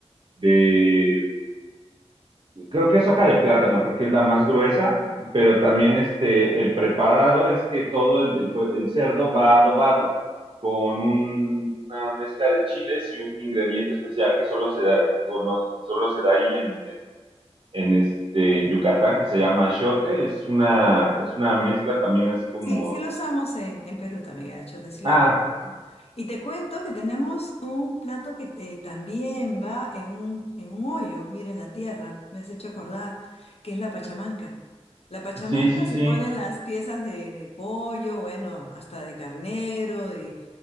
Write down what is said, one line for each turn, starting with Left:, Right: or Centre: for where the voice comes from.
Right: de Creo que es hoja de plátano porque es la más gruesa, pero también este, el preparado es que todo el, el- pues, el cerdo va adobado con un- una mezcla de chiles y un ingrediente especial que solo se da, o no, que solo se da ahí en, en- en, este, en Yucatán, que se llama achiote. Es una, es una mezcla también así como...
Left: sí, sí lo usamos en, en Perú también, el achiote, sí
Right: Ah,
Left: lo conozco. Y te cuento que tenemos un plato que eh, también va en un, en un hoyo, mira, en la tierra, me has hecho acordar, que es la pachamanca. La pachamanca
Right: sí, sí,
Left: se
Right: sí,
Left: ponen las piezas de, de pollo, bueno, hasta de carnero, de,